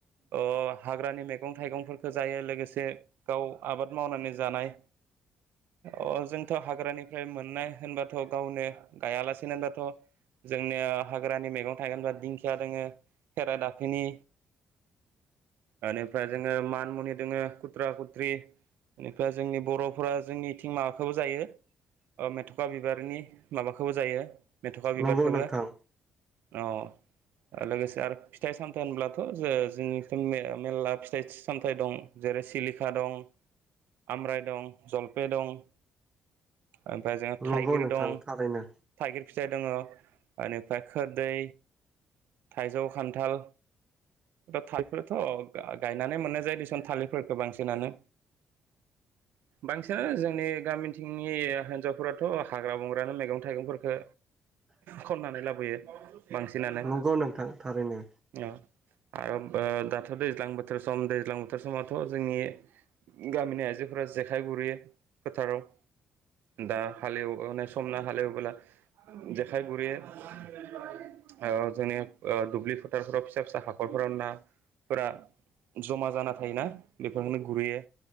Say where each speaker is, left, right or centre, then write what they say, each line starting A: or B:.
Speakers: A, on the right (about 80°); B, on the right (about 30°).
A: ओ हाग्रानि मैगं थाइगंफोरखौ जायो लोगोसे गाव आबाद मावनानै जानाय अ जोंथ' हाग्रानिफ्राय मोन नाय होनबाथ' गावनो गायालासेनो बाथ' जोंनिया हाग्रानि मैगं थाइगोनबा दिंखिया दोङो खेरा दाफिनि ओनिफ्राय जोङो मान मुनि दङो कुत्रा कुत्रि इनिफाय जोंनि बर'फोरा जोंनिथिं माबाखौ जायो ओ मेथ'खा बिबारनि माबाखौबो जायो मेथ'ख खा
B: नंगौ
A: बिबारखोबो
B: नोंथां
A: औ लोगोसे आरो फिथाइ सामथाइ होनब्लाथ' जो जोंनिथिं मे मेरला फिथाइ सामथाइ दं जेरै सिलिखा दं आम्राइ दं जलपे दं ओमफ्राय जोंहा
B: नंगौ
A: थाइगिर
B: नोंथां
A: दं
B: थारैनो
A: थाइगिर फिथाइ दङ ओनिफ्राय खोरदै थाइजौ खान्थाल <unintelligible> गायनानै मोननाय जायो दिसन थालिरफोरखौ बांसिनानो बांसिनानो जोंनि गामिथिं <unintelligible> हिनजावफोराथ' हाग्रा बंग्रानो मैगं थाइगंफोरखौ खननानै लाबोयो बांसिनानो
B: नंगौ नोंथां थारैनो
A: औ आरो ओ दा दाथ' दैज्लां बोथोर सम दैज्लां बोथोर समावथ' जोंनि गामिनि आइजोफोरा जेखाइ गुरैयो फोथाराव दा हाल एवनाय समना हालेवबोला जेखाइ गुरहैयो ओ जोंनि ओ दुब्लि फोथारफोराव फिसा-फिसा हाखरफोराव नाफोरा जमा जाना थायोना बेफोरखौनो गुरहैयो